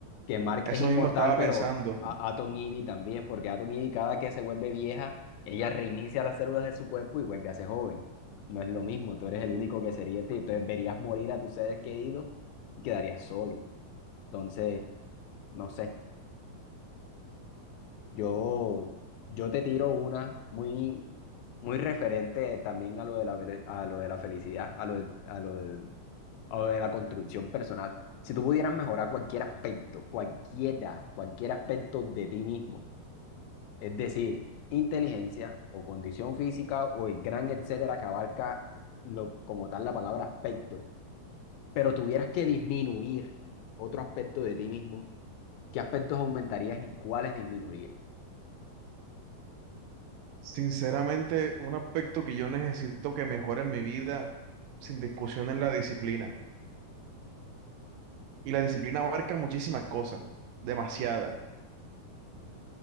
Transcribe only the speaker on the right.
Eso
mismo estaba
pensando.
Sinceramente, un aspecto que yo necesito que mejore en mi vida, sin discusión, es la disciplina. Y la disciplina abarca muchísimas cosas, demasiadas.